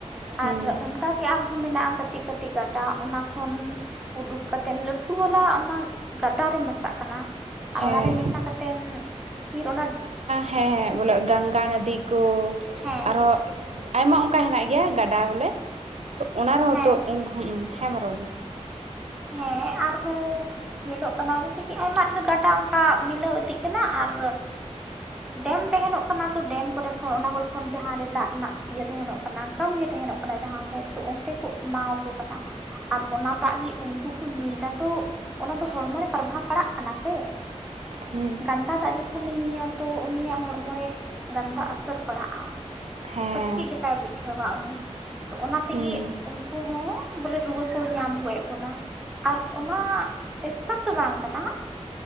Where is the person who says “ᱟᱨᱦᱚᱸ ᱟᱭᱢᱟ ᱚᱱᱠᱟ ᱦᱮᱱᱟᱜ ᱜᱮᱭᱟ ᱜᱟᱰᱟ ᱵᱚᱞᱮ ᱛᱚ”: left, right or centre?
Right